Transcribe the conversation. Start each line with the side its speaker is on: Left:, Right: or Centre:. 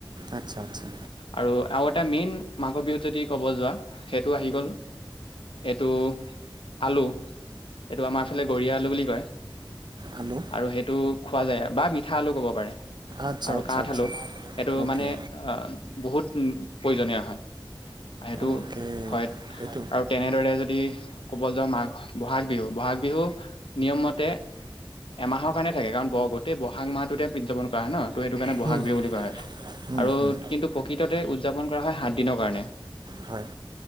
Right: আচ্ছা আচ্ছা
Left: আৰু আৰু এটা মেইন মাঘৰ বিহুত যদি ক'ব যোৱা, সেইটো আহি গ'ল, এইটো আলু এইটো আমাৰ ইফালে গৰীয়া আলু বুলি কয়।
Right: আলু
Left: আৰু সেইটো খোৱা যায় আও বা মিঠা আলু ক'ব পাৰে
Right: আচ্ছা
Left: আৰু
Right: আচ্ছা
Left: কাঠ
Right: আচ্ছা
Left: আলু সেইটো
Right: অ'কে
Left: মানে বহুত প্ৰয়োজনীয় হয়। সেইটো
Right: অ'কে
Left: হয়।
Right: এইটো
Left: আৰু তেনেদৰে যদি ক'ব যাওঁ মাঘ বহাগ বিহু বহাগ বিহু নিয়মমতে এমাহৰ কাৰণে থাকে কাৰণ গোটেই ব'হাগ মাহটোতে উদযাপন কৰা হয়ে ন। ত' সেইটো কাৰণে বহাগ
Right: হুম,
Left: বিহু বুলি কোৱা হয়।
Right: হুম, হুম,
Left: কিন্তু প্ৰকৃততে উদযাপন কৰা হয় সাত দিনৰ কাৰণে।
Right: হয়